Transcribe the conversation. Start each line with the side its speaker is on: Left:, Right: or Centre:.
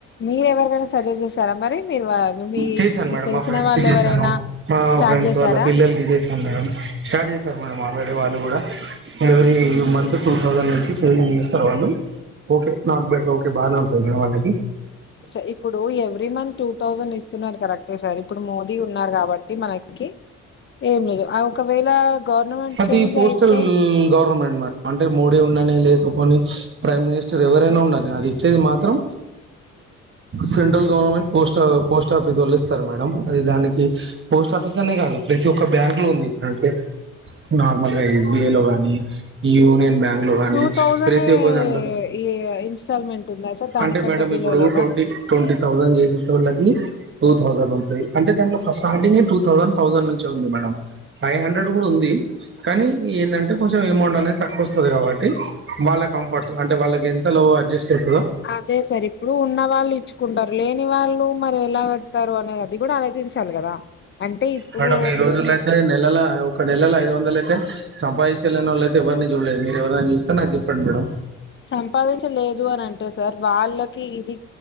Left: మీరు ఎవరికైనా సజెస్ట్ చేసారా మరి మీరు వా- మీ
Right: చేశాను
Left: మీకు
Right: మేడం
Left: తెలిసిన
Right: మా ఫ్రెండ్స్
Left: వాళ్ళు
Right: కి చేసాను,
Left: ఎవరైనా
Right: మా
Left: స్టార్ట్
Right: ఫ్రెండ్స్
Left: చేసారా
Right: వాళ్ళ పిల్లలకి చేసాను మేడం, స్టార్ట్ చేశారు మేడం ఆల్రెడీ వాళ్ళు కూడా ఎవరీ మంత్ టూ థౌసండ్ నుంచి సేవింగ్ చేస్తారు వాళ్ళు ఓకే నాట్ బెటర్, ఓకే బాగానే ఉంటది మేడం వాళ్ళది.
Left: స ఇప్పుడు ఎవ్రీ మంత్ టూ థౌసండ్ ఇస్ ఇస్తున్నారు కరెక్టే సార్ ఇప్పుడు మోదీ ఉన్నారు కాబ మనక్కి ఏం లేదు ఆ ఒకవేళ గవర్నమెంట్
Right: అది
Left: చేంజ్
Right: పోస్టల్
Left: అయితే
Right: గవర్నమెంట్ మే అంటే మోడీ ఉండని లేకపోని ప్రైమ్ మినిస్టర్ ఎవరైనా ఉండని అది ఇచ్చేది మాత్రం సెంట్రల్ గవర్నమెంట్ పోస్ట్ పోస్టాఫీస్ వాళ్ళు ఇస్తారు మేడం, అది దానికి పోస్ట్ ఆఫీస్ అనే కాదు ప్రతి ఒక్క బ్యాంక్ లో ఉంది అంటే నార్మల్ గా ఎస్బిఐ లో గాని యూనియన్ బ్యాంక్ లో గానీ
Left: టూ థౌజండ్
Right: ప్రతి
Left: నే
Right: ఒక్క దాంట్లో
Left: ఇ ఇన్స్టాల్ మెంట్ ఉందా సార్ దానికంటే
Right: అంటే మేడం
Left: బిలో
Right: ఇప్పుడు
Left: లేదా
Right: ట్వంటీ ట్వంటీ థౌజండ్ చేసేటోళ్ళకి టూ థౌజండ్ నుంటి అంటే దానిలో స్టార్టింగే టూ థౌసండ్ థౌసండ్ నుంచి ఉంది మేడం ఫైవ్ హండ్రెడ్ కూడా ఉంది, కానీ ఏందంటే కొంచెం అమౌంట్ అనేది తక్కువ వస్తది కాబట్టి వాళ్ళ కంఫర్ట్స్ అంటే వాళ్ళకి ఎంత లో అడ్జస్ట్ అయితదో,
Left: అదే సార్ ఇప్పుడు ఉన్న వాళ్ళు ఇచ్చుకుంటారు లేని వాళ్ళు మరి ఎలా కడతారు అనేది అది కూడా ఆలోచించాలి కదా, అంటే ఇప్పుడు
Right: మేడం ఈ రోజుల అయితే నెలల ఒక నెల ల ఐదు వందలు అయితే సంపాదించలేని వాళ్ళు అయితే ఎవ్వరిని చూడలేదు మీరు ఎవరని చూస్తే నాకు చెప్పండి మేడం.
Left: సంపాదించలేదు అని అంటే సార్ వాళ్ళకి ఇది